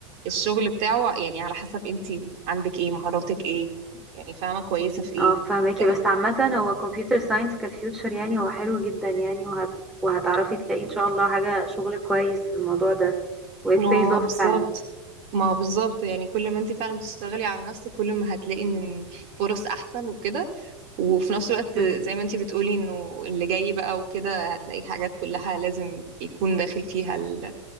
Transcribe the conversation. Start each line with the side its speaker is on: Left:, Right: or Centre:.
Right: الشغل بتاعه يعني على حسب أنتي عندك إيه مهاراتك إيه يعني فاهمة كويسة في إيه
Centre: اه فهماكي
Right: كده
Centre: بس عامة هو كمبيوتر ساينس كفيوتشر يعني هو حلو جدا يعني وهت... وهتعرفي تلاقي ان شاء الله حاجة شغل كويس في الموضوع ده و
Right: اه
Centre: it pays off
Right: م. بالظبط
Centre: فعلا
Right: ما هو بالظبط يعني كل ما أنتي فعلا بتشتغلي على نفسك كل ما هتلاقي إن فرص أحسن وكده وفي نفس الوقت
Centre: امم
Right: زي ما أنتي بتقولي إنه اللي جاي بقى وكده هتلاقي حاجات كلها لازم يكون داخل فيها ال...